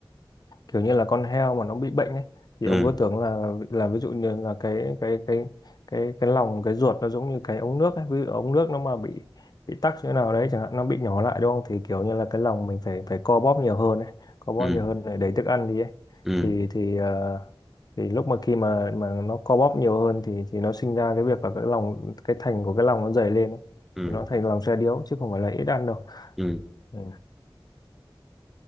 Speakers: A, on the left; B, in the centre.
A: kiểu như là con heo mà nó bị bệnh ấy thì
B: ừ
A: ông cứ tưởng là là ví dụ như là cái cái cái cái cái lòng cái ruột nó giống như cái ống nước ấy ví dụ ống nước nó mà bị bị tắc chỗ nào đấy chẳng hạn nó bị nhỏ lại đúng không thì kiểu như là cái lòng mình phải phải co bóp nhiều hơn ấy co bóp
B: ừ
A: nhiều hơn để đẩy thức ăn đi ấy
B: ừ
A: thì thì ờ, thì lúc mà khi mà mà nó co bóp nhiều hơn thì thì nó sinh ra cái việc là cái lòng cái thành của cái lòng nó dày lên ấy.
B: ừ
A: thì nó thành lòng xe điếu chứ không phải là ít ăn đâu
B: ừ
A: ừ.